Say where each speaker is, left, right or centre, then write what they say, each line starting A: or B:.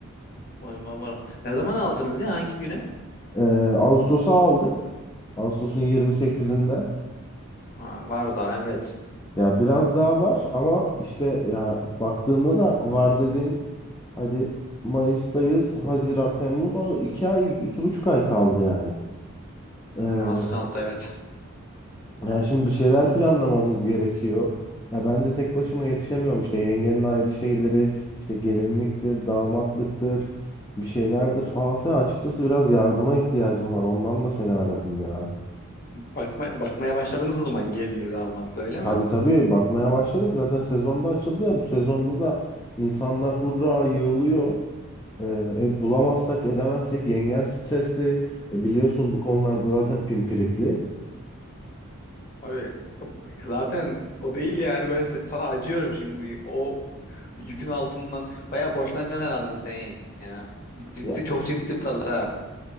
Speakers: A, on the left; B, on the left.
A: Umarım umarım. Ne zaman aldınız ya? Hangi güne?
B: Eee Ağustos'a aldık. Ağustos'un yirmi sekizinde.
A: Ha, var daha evet.
B: Ya biraz daha var ama işte ya baktığında da var dediğin hadi Mayıs'tayız, Haziran, Temmuz o iki ay, iki buçuk ay kaldı yani. Ee,
A: Az kaldı evet.
B: ya şimdi bir şeyler planlamamız gerekiyor. Ya ben de tek başıma yetişemiyorum işte yengenin ayrı şeyleri işte gelinliktir, damatlıktır, bir şeylerdir falan filan. Açıkçası biraz yardıma ihtiyacım var. Ondan da seni aradım ya.
A: Bakma, bakmaya başladığınız zaman gelinliği damatlı öyle
B: Tabii
A: mi?
B: tabii bakmaya başladık. Zaten sezonda açıldı ya bu sezonda da insanlar hurra yığılıyor. Ee, e, bulamazsak edemezsek yengen stresli. E, biliyorsun bu konularda zaten pimpirikli.
A: Abi o- zaten o değil yani ben se- sana acıyorum şimdi. O yükün altından bayağı borçlanacaksın herhalde sen ya. Ciddi
B: Ya
A: çok ciddi paralar ha.